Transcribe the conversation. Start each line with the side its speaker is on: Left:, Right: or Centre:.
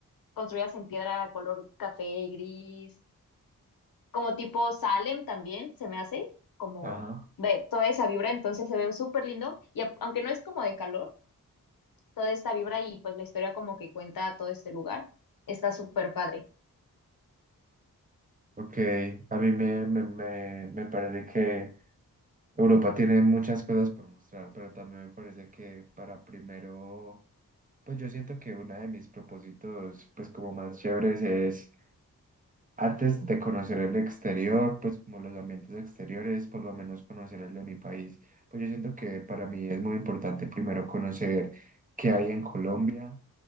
Left: construidas en piedra color café y gris, como tipo Salem también, se me hace, como
Right: ajá,
Left: de toda esa vibra, entonces se ve súper lindo, y a- aunque no es como de calor. toda esta vibra y pues la historia como que cuenta todo este lugar. Está súper padre.
Right: ok. A mí me, me, me, me parece que Europa tiene muchas cosas por mostrar, pero también me parece que para primero, pues yo siento que uno de mis propósitos, pues como más chéveres es Antes de conocer el exterior, pues como los ambientes exteriores, por lo menos conocer el de mi país, pues yo siento que para mí es muy importante primero conocer qué hay en Colombia,